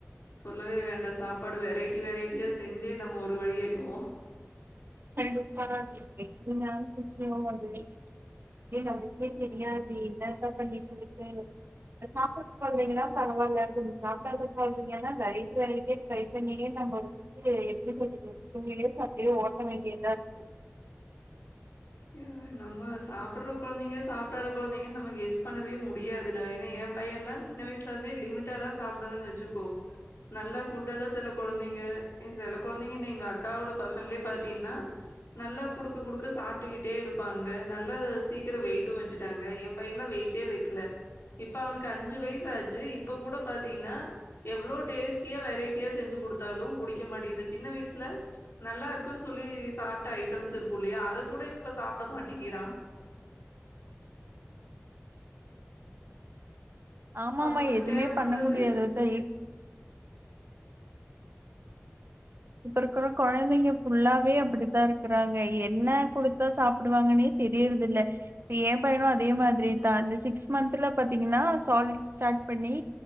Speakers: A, on the left (about 80°); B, on the right (about 60°).
A: சொல்லவே வேண்டா சாப்பாடு வெரைட்டி வெரைட்டியா செஞ்சே நம்ம ஒரு வழியாயிடுவோம்
B: கண்டுப்பா அது தெகிரியமான விஷயம் தான் அது ஏன்னு அவுங்குளுக்கே தெரியாது என்னதா பண்ணி தொலச்சனு சாப்பிற கொழந்தைங்கன்னா பரவால்ல கொஞ்ச சாப்டாத கொழந்தைங்கன்னா வெரைட்டி வெரைட்டியா டிரை உண்மைலே நம்ம வந்துட்டு எப்டி சொல்றது ஒரு டூயியர்ஸ் அப்டியே ஓட்ட வேண்டியதா இருக்கு
A: ஐயோ! நம்ம சாப்பட்ற கொழந்தைங்க சாப்பிடாத கொழந்தைங்க நம்ம கெஸ் பண்ணவே முடியாதுடா ஏன்னா ஏன் பையன்லா சின்ன வயிசுல இருந்தே லிமிட்டா தா சாப்பிடுவான் வச்சுக்கோ நல்லா ஃபுட் எல்லாம் சில கொழந்தைங்க செல கொழந்தைங்க என்ன எங்க அக்காவோட பசங்களே பாத்தீங்கன்னா நல்லா குடுக்க குடுக்க சாப்பிட்டுக்கிட் டியே இருப்பாங்க நல்ல சீக்கரம் வெயிட்டும் வச்சுட்டாங்க ஏன் பையன்தா வெயிட்டே வைக்கல இப்ப அவனுக்கு அஞ்சு வயசு ஆச்சு இப்ப கூட பாத்தீங்கன்னா எவ்ளோ டேஸ்ட்டியா வெரைட்டியா செஞ்சு குடுத்தாலும் புடிக்க மாட்டிக்குது சின்ன வயிசுல நல்லா இருக்குன்னு சொல்லி சாப்ட்ட ஐட்டம்ஸ் இருக்கும் இல்லயா அதகூட இப் இப்ப சாப்டமாட்டிகிரா
B: ஆமா
A: அவங்களுக்கு
B: ஆமா எதுவுமே
A: தேவப்படுறது
B: பண்ண முடியாதது தா இப்ப இருக்கற கொழந்தைங்க ஃபுல்லாவே அப்டித்தா இருக்கறாங்க என்ன கொடுத்தா சாப்டுவாங்கனே தெரியற்தில்ல எய பையனு அதே மாதிரிதா இந்த சிக்ஸ் மந்த்ல பாத்தீங்கன்னா சாலிட் ஸ்டார்ட் பண்ணி